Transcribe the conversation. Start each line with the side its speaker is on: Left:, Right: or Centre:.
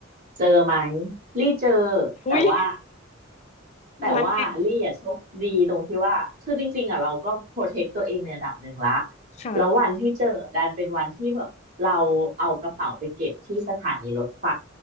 Right: เจอไหมลี่เจอ
Left: อุ้ย
Right: แต่ว่า แต่ว่าลี่อะโชคดีตรงที่ว่าคือจริงๆอ่ะเราก็โปรเทคตัวเองในระดับหนึ่งละ
Left: ไลน์ค่ะ
Right: แล้ววันที่เจอดันเป็นวันที่แบบเราเอากระเป๋าไปเก็บที่สถานีรถไฟ